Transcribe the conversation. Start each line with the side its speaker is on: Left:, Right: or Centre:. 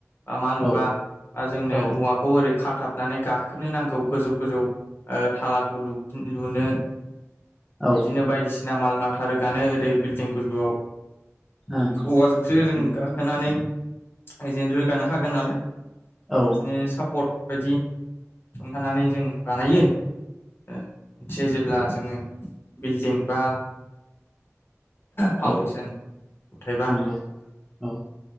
Left: बा मा लुबा
Centre: औ
Left: बा जोंनो
Centre: औ
Left: औवाखौ ओरै खा थाबनानै गाखोनो नांगौ गोजौ गोजौ ओ थालाखौ लुनो
Centre: औ
Left: बिदिनो बायदिसिना माल माथा रोगानो ओरै बिल्डिं गोजौआव
Centre: ओं
Left: औवाजोंसो जों
Centre: उम
Left: गाखोनानै जोंनो रोगानो हागोन नालाय बिदिनो
Centre: औ
Left: सापर्ट बायदि सुंथानानै जों बानायो मोनसे जेब्ला जोङो बिल्डिं बा फाउन्डेसन
Centre: औ
Left: उथायबा
Centre: नंगौ औ